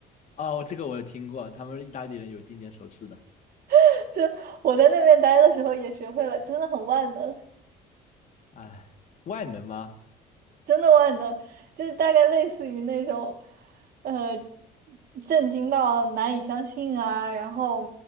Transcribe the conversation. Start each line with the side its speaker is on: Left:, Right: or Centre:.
Left: 哦，这个我有听过，他们意大利人有经典手势的。
Right: <laughs> 就我在那边待的时候也学会了，真的很万能，
Left: 哎，万能吗？
Right: 真的万能，就是大概类似于那种呃震惊到难以相信啊，然后